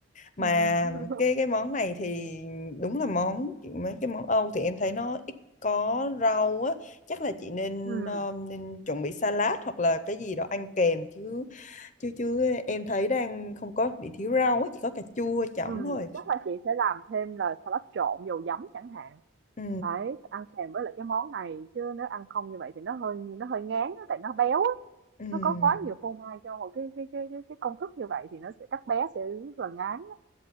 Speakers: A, on the left; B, on the right.
A: mà
B: Yeah. <laughs>
A: cái cái món này thì đúng là món mấy cái món Âu thì em thấy nó ít có rau á chắc là chị nên
B: Ừ,
A: ờ, nên chuẩn bị salad hoặc là cái gì đó ăn kèm chứ chứ chứ em thấy đang không có bị thiếu rau á chỉ có cà chua chẩm
B: ừ,
A: thôi
B: chắc là chị sẽ làm thêm là salad trộn dầu giấm chẳng hạn.
A: ừ
B: Đấy, ăn kèm với lại cái món này chứ nếu ăn không như vậy thì nó hơi nó hơi ngán á, tại nó béo á.
A: ừ
B: Nó có quá nhiều phô mai cho một cái cái cái cái, cái công thức như vậy thì nó sẽ các bé sẽ rất là ngán. á.